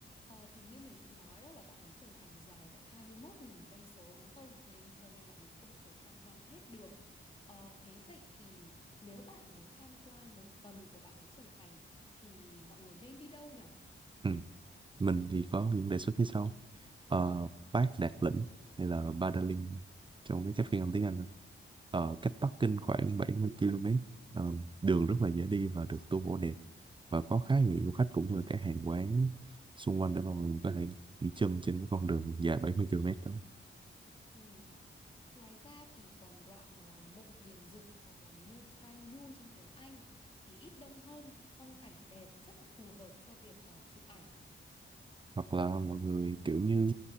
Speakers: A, on the left; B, on the right.
A: Ờ, thì như mình cũng nói đó là Vạn Lý Trường Thành dài tận 21 nghìn cây số đúng không? Nên cho nên là mình không thể tham quan hết được. Ờ, thế vậy thì nếu bạn muốn tham quan một phần của Vạn Lý Trường Thành thì mọi người nên đi đâu nhở?
B: Ừ. mình thì có những đề xuất như sau Ờ, Bác Đạt Lĩnh hay là Ba trong cái cách phiên âm tiếng Anh Ờ, cách Bắc Kinh khoảng 70 km Ờ, đường rất là dễ đi và được tu bổ đẹp và có khá nhiều du khách cũng như các hàng quán xung quanh để mà mình có thể đi chân trên con đường dài 70 km đó
A: Ừ. Ngoài ra thì còn đoạn à, mộ Điền Dục hoặc là Mu Chuan Yu trong tiếng Anh thì ít đông hơn, phong cảnh đẹp rất là phù hợp cho việc à, chụp ảnh.
B: hoặc là mọi người kiểu như